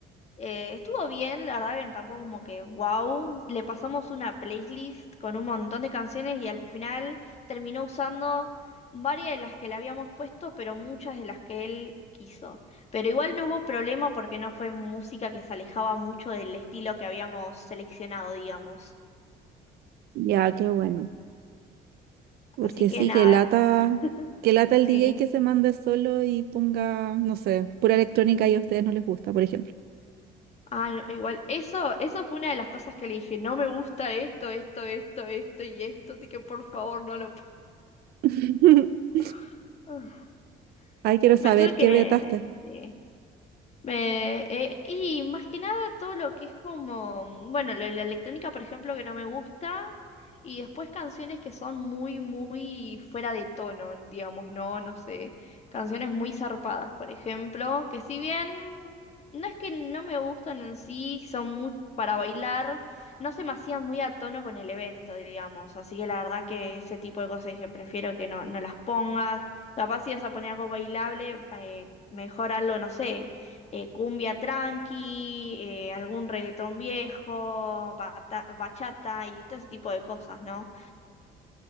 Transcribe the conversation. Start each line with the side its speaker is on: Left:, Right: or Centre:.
Left: Eh, estuvo bien, la verdad que tampoco como que wow. Le pasamos una playlist con un montón de canciones y al final terminó usando varias de las que le habíamos puesto, pero muchas de las que él quiso. Pero igual no hubo problema porque no fue música que se alejaba mucho del estilo que habíamos seleccionado, digamos.
Right: Ya, qué bueno. Porque
Left: Así que
Right: sí,
Left: nada,
Right: que lata,
Left: <laughs>
Right: que lata
Left: sí.
Right: el D J que se mande solo y ponga, no sé, pura electrónica y a ustedes no les gusta, por ejemplo.
Left: Ah, no, igual, eso, eso fue una de las cosas que le dije, no me gusta esto, esto, esto, esto y esto, así que por favor no lo pongas.
Right: <laughs>
Left: <laughs>
Right: Ay, quiero saber
Left: Me tuve que...
Right: qué vetaste.
Left: sí. Eh, eh, y más que nada todo lo que es como, mm, bueno, la, la electrónica, por ejemplo, que no me gusta, y después canciones que son muy, muy fuera de tono, digamos, no, no sé, canciones muy zarpadas, por ejemplo, que si bien no es que no me gustan en sí, son muy para bailar, no se me hacían muy a tono con el evento, digamos, así que la verdad que ese tipo de cosas dije, prefiero que no, no las pongas, capaz si vas a poner algo bailable, eh, mejor algo, no sé eh, cumbia tranqui, eh, algún reggaetón viejo, bata- bachata y todo ese tipo de cosas, ¿no?